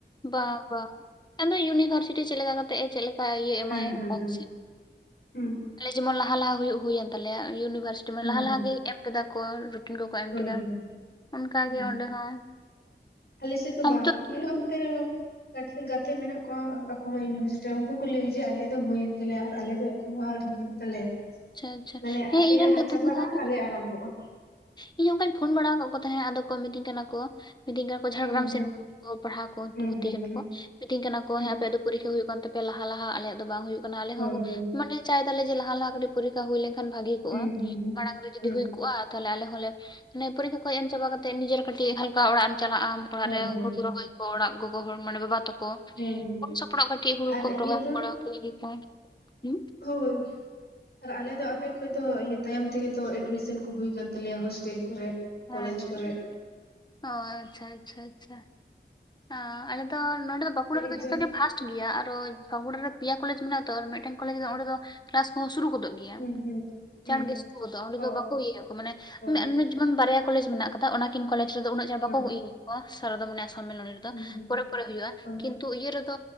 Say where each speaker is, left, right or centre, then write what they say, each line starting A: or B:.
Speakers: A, on the left; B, on the left.
A: ᱵᱟᱝ ᱵᱟᱝ ᱟᱫᱚ ᱤᱭᱩᱱᱤᱵᱷᱟᱨᱥᱤᱴᱤ ᱪᱮᱫ ᱞᱮᱠᱟ ᱠᱟᱛᱮᱜ ᱪᱮᱫ ᱞᱮᱠᱟ ᱤᱭ ᱮᱢᱟᱭ
B: ᱦᱮᱸ
A: <unintelligible>
B: ᱦᱮᱸ ᱦᱮᱸ ᱦᱩᱸ
A: ᱟᱞᱮ ᱡᱮᱢᱚᱱ ᱞᱟᱦᱟ ᱞᱟᱦᱟ ᱦᱩᱭᱩᱜ ᱦᱩᱭᱮᱱ ᱛᱟᱞᱮᱭᱟ ᱤᱭᱩᱱᱤᱵᱷᱟᱨᱥᱤᱴᱤ ᱢᱮ
B: ᱦᱮᱸ
A: ᱞᱟᱦᱟ ᱞᱟᱦᱟ
B: ᱦᱮᱸ
A: ᱜᱮ ᱮᱢ ᱠᱮᱫᱟ ᱠᱚ ᱱᱚᱴᱤᱥ ᱠᱚ ᱮᱢ
B: ᱦᱳᱭ
A: ᱠᱮᱫᱟ
B: ᱦᱳᱭ
A: ᱚᱱᱠᱟ
B: ᱦᱩᱸ
A: ᱜᱮ ᱚᱸᱰᱮ ᱦᱚᱸ
B: ᱟᱞᱮ ᱥᱮᱫ ᱫᱚ
A: ᱟᱨ
B: ᱵᱟᱝ
A: ᱱᱤᱛᱚᱜ
B: ᱢᱟᱱᱮ ᱚᱱᱛᱮ ᱨᱮ ᱜᱟᱛᱮ ᱜᱟᱛᱮ ᱢᱮᱱᱟᱜ ᱠᱚᱣᱟ ᱵᱟᱸᱠᱩᱲᱟ ᱤᱭᱩᱱᱤᱵᱷᱟᱨᱥᱤᱴᱤ ᱩᱱᱠᱩ ᱠᱚ ᱞᱟᱹᱭ ᱡᱮ ᱟᱞᱮ ᱫᱚ ᱦᱩᱭᱮᱱ ᱛᱟᱞᱮᱭᱟ ᱟᱨ ᱟᱞᱮ ᱫᱚ ᱮᱠᱷᱚᱱᱳ ᱟᱣᱨᱤ ᱦᱩᱭᱩᱜ ᱛᱟᱞᱮᱭᱟ
A: ᱟᱪᱪᱷᱟ ᱟᱪᱪᱷᱟ
B: ᱢᱟᱱᱮ
A: ᱦᱮᱸ
B: ᱟᱯᱮᱭᱟᱜ
A: ᱤᱧ ᱨᱮᱱ
B: ᱦᱟᱸᱜ
A: ᱜᱟᱛᱮ
B: ᱪᱟᱵᱟᱜᱼᱟ
A: ᱠᱚ ᱛᱟᱦᱮᱸ
B: ᱟᱞᱮᱭᱟᱜ ᱟᱨᱟᱢᱵᱚᱜᱼᱟ
A: ᱤᱧ ᱦᱚᱸ ᱚᱱᱠᱟᱧ ᱯᱷᱳᱱ ᱵᱟᱲᱟ ᱟᱠᱟᱫ ᱠᱚ ᱛᱟᱦᱮᱸᱫ ᱟᱫᱚ ᱠᱚ ᱢᱤᱛᱤᱧ ᱠᱟᱱᱟ ᱠᱚ ᱢᱤᱛᱟᱹᱧ ᱠᱟᱱᱟ ᱡᱷᱟᱲᱜᱨᱟᱢ
B: ᱦᱩᱸ ᱦᱩᱸ
A: ᱥᱮᱱ ᱯᱟᱲᱦᱟᱣ ᱠᱚ
B: ᱦᱩᱸ
A: ᱵᱷᱩᱨᱛᱤ
B: ᱦᱩᱸ
A: ᱠᱟᱱᱟ
B: ᱦᱩᱸ
A: ᱠᱚ ᱢᱤᱛᱟᱹᱧ ᱠᱟᱱᱟ ᱠᱚ
B: ᱦᱩᱸ
A: ᱦᱮᱸ ᱟᱯᱮᱭᱟᱜ ᱫᱚ ᱼᱼ ᱯᱚᱨᱤᱠᱠᱷᱟ ᱦᱩᱭᱩᱜ ᱠᱟᱱ ᱛᱟᱯᱮᱭᱟ ᱞᱟᱦᱟ ᱞᱟᱦᱟ ᱟᱞᱮᱭᱟᱜ ᱫᱚ ᱵᱟᱝ ᱦᱩᱭᱩᱜ ᱠᱟᱱᱟ ᱟᱞᱮ
B: ᱦᱳᱭ
A: ᱦᱚᱸ
B: ᱦᱳᱭ,
A: ᱢᱟᱱᱮ ᱪᱟᱭ ᱫᱟᱞᱮ ᱡᱮ ᱞᱟᱦᱟ ᱞᱟᱦᱟ ᱠᱟᱹᱴᱤᱡ ᱯᱚᱨᱤᱠᱷᱟ ᱦᱩᱭ ᱞᱮᱱ ᱠᱷᱟᱱ ᱵᱷᱟᱹᱜᱤ ᱠᱚᱜᱼᱟ
B: ᱦᱩᱸ ᱦᱩᱸ ᱦᱩᱸ᱾
A: ᱢᱟᱲᱟᱝ ᱨᱮ ᱡᱩᱫᱤ
B: ᱦᱩᱸ᱾
A: ᱦᱩᱭ ᱠᱚᱜᱼᱟ ᱛᱟᱦᱚᱞᱮ ᱟᱞᱮ ᱦᱚᱸᱞᱮ ᱢᱟᱱᱮ ᱯᱚᱨᱤᱠᱠᱷᱟ ᱠᱚ ᱮᱢ ᱪᱟᱵᱟ ᱠᱟᱛᱮᱜ ᱱᱤᱡᱮᱨ ᱠᱟᱹᱴᱤᱡ ᱦᱟᱞᱠᱟ ᱚᱲᱟᱜ ᱮᱢ ᱪᱟᱞᱟᱜ ᱟᱢ ᱚᱲᱟᱜ
B: ᱦᱳᱭ
A: ᱨᱮ
B: ᱦᱳᱭ,
A: ᱦᱩᱲᱩ ᱨᱚᱦᱚᱭ ᱠᱚ ᱚᱲᱟᱜ ᱜᱚᱜᱚ ᱦᱚᱲ ᱢᱟᱱᱮ ᱵᱟᱵᱟ ᱛᱟᱠᱚ
B: ᱦᱩᱸ ᱦᱩᱸ
A: <unintelligible>
B: ᱟᱨ ᱤᱭᱟᱹ ᱫᱚ ᱦᱳᱭ ᱟᱨ ᱟᱞᱮ ᱫᱚ ᱟᱯᱮ ᱠᱷᱚᱱ ᱫᱚ ᱤᱭᱟᱹ ᱛᱟᱭᱚᱢ ᱛᱮᱜᱮ ᱛᱚ ᱮᱰᱢᱤᱥᱚᱱ ᱠᱚ ᱦᱩᱭ ᱟᱠᱟᱱ ᱛᱟᱞᱮᱭᱟ ᱦᱚᱥᱴᱮᱞ ᱠᱚᱨᱮ
A: ᱦᱮᱸ
B: ᱠᱚᱞᱮᱡᱽ
A: ᱦᱮᱸ
B: ᱠᱚᱨᱮᱜᱼᱼ
A: ᱚ ᱟᱪᱪᱷᱟ ᱟᱪᱪᱷᱟ ᱟᱪᱪᱷᱟ ᱚ ᱟᱞᱮ ᱫᱚ ᱱᱚᱰᱮ ᱫᱚ ᱵᱟᱸᱠᱩᱲᱟ ᱨᱮᱫᱚ
B: ᱮᱠᱡᱟᱢ
A: ᱡᱚᱛᱚ ᱜᱮ ᱯᱷᱟᱥᱴ ᱜᱮᱭᱟ ᱟᱨᱚ ᱵᱟᱸᱠᱩᱲᱟ ᱨᱮ ᱯᱮᱭᱟ ᱠᱚᱞᱮᱡᱽ ᱢᱮᱱᱟᱜ ᱛᱚ ᱟᱨ ᱢᱤᱫᱴᱮᱱ ᱠᱚᱞᱮᱡᱽ ᱨᱮ ᱚᱸᱰᱮ ᱫᱚ ᱠᱞᱟᱥ ᱠᱚᱦᱚᱸ ᱥᱩᱨᱩ ᱜᱚᱫᱚᱜ ᱜᱮᱭᱟ
B: ᱦᱩᱸ ᱦᱩᱸ
A: <unintelligible>
B: ᱦᱩᱸ
A: ᱪᱟᱸᱬ ᱜᱮ ᱥᱩᱨᱩ ᱜᱚᱫᱚᱜ ᱚᱸᱰᱮ
B: ᱚ
A: ᱫᱚ ᱵᱟᱠᱚ ᱤᱭᱟᱹᱭᱟ ᱟᱠᱚ ᱢᱟᱱᱮ
B: ᱦᱳᱭ
A: <unintelligible> ᱡᱮᱢᱚᱱ ᱵᱟᱨᱭᱟ ᱠᱚᱞᱮᱡᱽ ᱢᱮᱱᱟᱜ ᱠᱚᱣᱟ ᱫᱟ ᱚᱱᱟ ᱠᱤᱱ ᱠᱚᱞᱮᱡᱽ ᱨᱮᱫᱚ ᱩᱱᱟᱹᱜ <unintelligible>
B: ᱦᱮᱸ
A: ᱵᱟᱠᱚ
B: ᱦᱮᱸ
A: ᱤᱭᱟᱹ ᱠᱚᱣᱟ ᱥᱟᱨᱚᱫᱟ <unintelligible> ᱥᱚᱢᱢᱮᱞᱚᱱ ᱨᱮᱫᱚ
B: ᱦᱩᱸ ᱦᱩᱸ
A: ᱯᱚᱨᱮ ᱯᱚᱨᱮ ᱦᱩᱭᱩᱜᱼᱟ
B: ᱦᱳᱭ
A: ᱠᱤᱱ ᱛᱚ ᱤᱭᱟᱹ ᱨᱮᱫᱚ